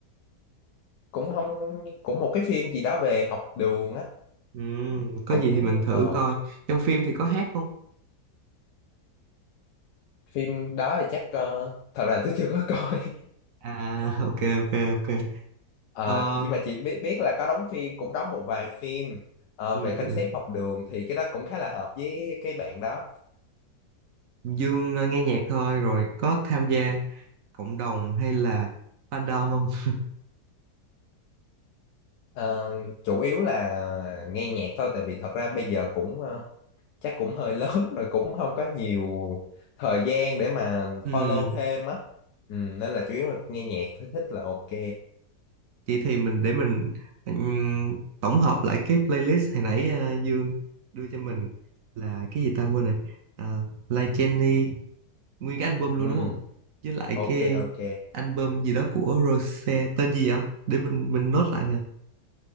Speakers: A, on the left (about 85°); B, on the right (about 65°).
A: cũng không cũng một cái phim gì đó về học đường á
B: Ừ, có
A: cũng
B: gì thì mình thử
A: ờ,
B: coi. Trong phim thì có hát không?
A: phim đó thì chắc ờ, thật là tôi chưa có coi
B: À, <laughs> ok, ok, ok.
A: Ờ,
B: Ờ,
A: nhưng mà chị biết biết là có đóng phim cũng đóng một vài phim ờ,
B: ừ,
A: về concept
B: ừ.
A: học đường thì cái đó cũng khá là hợp với cái bạn đó
B: Dương ờ, nghe nhạc thôi, rồi có tham gia cộng đồng hay là fandom không? <laughs>
A: Ờ, chủ yếu là nghe nhạc thôi tại vì thật ra bây giờ cũng ờ, chắc cũng hơi <laughs> lớn rồi cũng không có nhiều thời gian để mà
B: Ừ,
A: follow thêm á ừ, nên là chủ yếu là nghe nhạc thôi thích là ok
B: vậy thì mình để mình ừm, tổng hợp lại cái playlist hồi nãy ờ, Dương đưa cho mình là cái gì ta quên rồi. Uh, Like Jenny, nguyên cái album luôn
A: ừ,
B: đúng không? Với lại
A: ok
B: cái
A: ok
B: album gì đó của Rose, tên gì vậy? Để mình mình note lại nè.